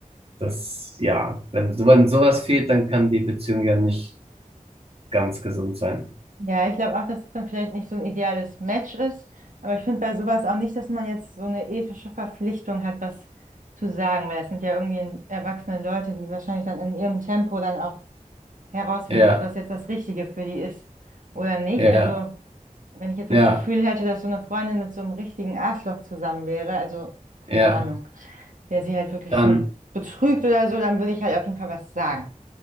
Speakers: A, on the right (about 45°); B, on the right (about 70°).
A: das, ja, wenn, wenn sowas fehlt, dann kann die Beziehung ja nicht ganz gesund sein.
B: Ja, ich glaube auch, dass es dann vielleicht nicht so ein ideales Match ist. Aber ich finde bei sowas auch nicht, dass man jetzt so eine ethische Verpflichtung hat, was zu sagen, weil es sind ja irgendwie erwachsene Leute, die wahrscheinlich dann in ihrem Tempo dann auch herausfinden,
A: Ja,
B: ob das jetzt das Richtige für die ist oder nicht.
A: ja,
B: Also, wenn ich jetzt
A: ja,
B: das Gefühl hätte, dass so eine Freundin mit so einem richtigen Arschloch zusammen wäre, also keine
A: ja.
B: Ahnung, der sie halt wirklich
A: Dann,
B: so betrügt oder so, dann würde ich halt auf jeden Fall was sagen.